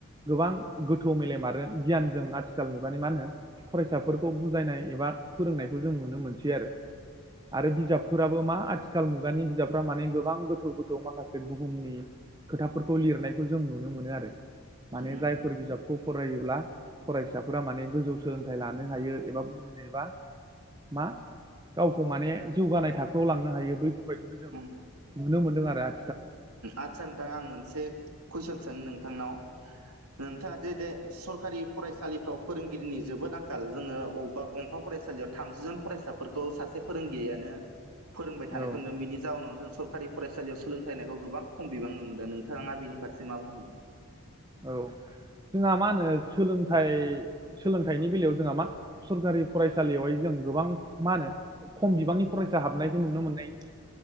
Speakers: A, on the right; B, on the right.
A: गोबां गोथौ मेलेम आरो गियानजों आथिखाल मुगानि मा होनो फरायसाफोरखौ बुजायनाय एबा फोरोंनायखौ जों नुनो मोनसै आरो आरो बिजाबफोराबो मा आथिखाल आथिखाल मुगानि बिजाबफ्रा माने गोबां गोथौ गोथौ माखासे बुहुमनि खोथाफोरखौ लिरनायखौ जों नुनो मोनो आरो माने
B: उम
A: जायफोर बिजाबखौ फरायोब्ला फिसाफोरा माने गोजौ सोलोंथाइ लानो हायो एबा बुजिनोबा मा गावखौ माने जौगानाय थाखोआव लांनो हायो बैफोरबायदिखौ जों
B: उम
A: नुनो मोनदों आरो आ
B: आदसा नोंथां आं मोनसे कुइसन सानो नोंथांनाव
A: <inaudible>
B: नोंथाङा जे दे सरखारि फरायसालिफ्राव फोरोंगिरिनि जोबोद आंखाल जोङो बबेबा गंफा फरायसालियाव थामजि जन फरायसाफोरखौ सासे फोरोंगिरियानो फोरोंबाय थानायखौ
A: औ
B: नु बिनि जाउनाव जों सरकारि फरायसालियाव सोलों फोथायनायखौ गोबां खम बिबां नुनोदों नोंथाङा बिनिारसे मा बुंङो
A: औ जोंहा मा होनो सोलोंथाइ सोलोंथाइनि बेलायाव जोंहा मा सरकारि फरायसालियावहाय जों गोबां मा होनो खम बिबांनि फरायसा हाबनायखौ नुनो मोननायनि